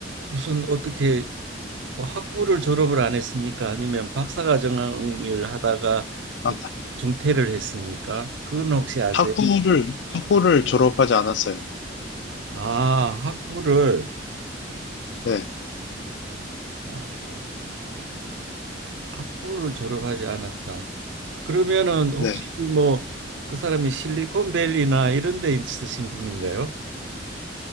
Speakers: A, on the right; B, on the left.
A: 무슨 어떻게 뭐 학부를 졸업을 안 했습니까? 아니면 박사과정을 하다가
B: 아,
A: 또 중퇴를 했습니까? 그건 혹시 아세요?
B: 학부를, 학부를 졸업하지 않았어요.
A: 아, 학부를
B: 네,
A: 어, 학부를 졸업하지 않았다. 그러면은 혹시
B: 네.
A: 뭐 그 사람이 실리콘밸리나 이런 데 있으신 분인가요?